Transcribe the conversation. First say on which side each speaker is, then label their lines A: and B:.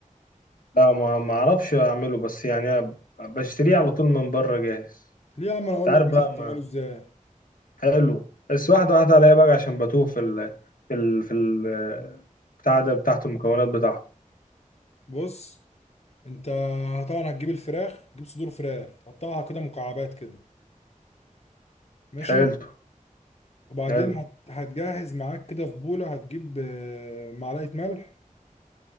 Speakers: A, on the left (about 90°); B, on the left (about 50°).
A: لا ما ما أعرفش أعمله بس يعني أنا بشتريه على طول من بره جاهز
B: ليه يا عم انا اقول
A: أنت عارف
B: لك مثلا
A: بقى
B: بتعمله
A: ما
B: ازاي
A: حلو بس واحدة واحدة عليا بقى عشان بتوه في ال في ال في ال بتاع ده بتاعته المكونات بتاعته
B: بص انت طبعا هتجيب الفراخ تجيب صدور فراخ تقطعها كده مكعبات كده ماشي
A: حلو
B: وبعدين
A: حلو
B: هت- هتجهز معاك كده في بوله هتجيب آه، معلقه ملح